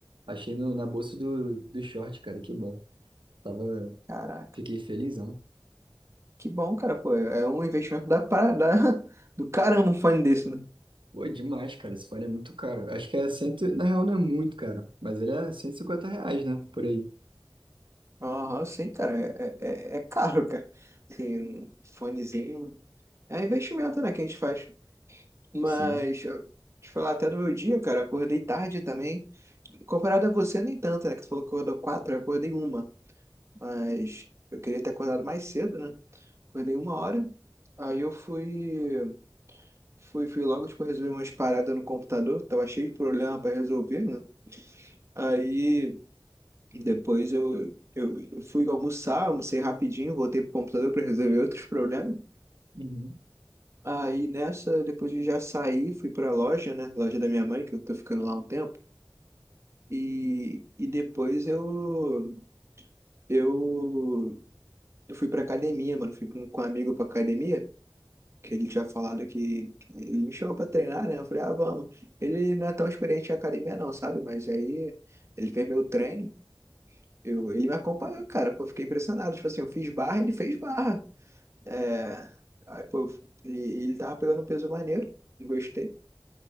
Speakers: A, on the right (about 85°); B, on the right (about 35°).
A: Achei no- na bolsa do, do short, cara, que bom. Tava,
B: Caraca.
A: fiquei felizão.
B: Que bom, cara, pô. É é um investimento da, para- da, <laughs> do caramba um fone desse, né?
A: Pô, demais, cara. Esse fone é muito caro. Acho que é cento, na real não é muito, cara. Mas ele é 150 reais, né? Por aí.
B: Aham, sim, cara. É, é, é é caro, cara. Assim, um fonezinho. É investimento, né, que a gente faz. Mas,
A: Sim.
B: eu- te falar até do meu dia, cara. Acordei tarde também. Comparado a você, nem tanto, né? Que tu falou que acordou quatro, eu acordei uma. Mas eu queria ter acordado mais cedo, né? Acordei uma hora. Aí eu fui, fui, fui logo, tipo, resolver umas paradas no computador. Tava cheio de problema pra resolver, né? Aí. Depois eu, eu eu fui almoçar, almocei rapidinho, voltei pro computador para resolver outros problemas.
A: Uhum.
B: Aí nessa, depois de já sair fui pra loja, né? Loja da minha mãe, que eu tô ficando lá um tempo. E, e depois eu, eu, eu fui pra academia, mano. Fui com, com um amigo pra academia, que ele tinha falado que, que ele me chamou pra treinar, né? Eu falei, ah, vamos. Ele não é tão experiente em academia, não, sabe? Mas aí ele fez meu treino. Eu, ele me acompanhou, cara. Pô, eu fiquei impressionado. Tipo assim, eu fiz barra, ele fez barra. É, aí, pô, e- e ele tava pegando um peso maneiro, gostei.